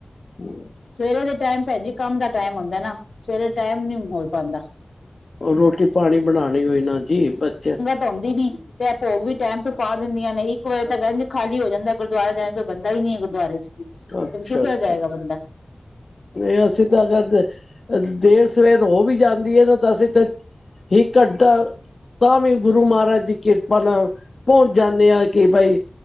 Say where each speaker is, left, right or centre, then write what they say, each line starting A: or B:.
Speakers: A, on the left; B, on the left.
A: ਹਮ। <unintelligible> <inaudible>
B: ਸਵੇਰੇ ਦੇ ਟਾਈਮ ਭੈਣ ਜੀ, ਕੰਮ ਦਾ ਟਾਈਮ ਹੁੰਦੈ ਨਾ, ਸਵੇਰੇ ਟਾਈਮ ਨੀ ਹੋ ਪਾਂਦਾ।
A: ਉਹ ਰੋਟੀ ਪਾਣੀ ਬਣਾਣੀ ਹੋਈ ਨਾ ਜੀ, ਬੱਚੇ
B: ਭੈਣਜੀ। ਤੇ ਭੋਗ ਵੀ ਟੈਮ ਸੇਰ ਪਾ ਦਿੰਦੀਆਂ ਨੇ, ਇੱਕ ਵਜੇ ਤਕ ਇੰਝ ਖਾਲੀ ਹੋ ਜਾਂਦੈ ਗੁਰਦੁਆਰਾ ਜੈਵੇਂ ਕੋਈ ਬੰਦਾ ਹੀ ਨੀ ਹੈ ਗੁਰਦੁਆਰੇ ਚ ਤੇ
A: ਅੱਛਾ
B: ਫਿਰ ਕਿਸ ਤਰ੍ਹਾਂ
A: ਅੱਛਾ
B: ਜਾਏਗਾ
A: ਅੱਛਾ
B: ਬੰਦਾ
A: ਨਹੀਂ ਅਸੀਂ ਤਾਂ ਅਗਰ, ਦੇਰ ਸਵੇਰ ਹੋ ਵੀ ਜਾਂਦੀ ਏ ਤੇ ਤਾਂ ਅਸੀਂ ਤੇ ਹਿੱਕ ਘੰਟਾ ਤਾਂ ਵੀ ਗੁਰੂ ਮਹਾਰਾਜ ਦੀ ਕਿਰਪਾ ਨਾਲ ਪਹੁੰਚ ਜਾਂਨੇ ਆਂ। ਕਿ ਭਈ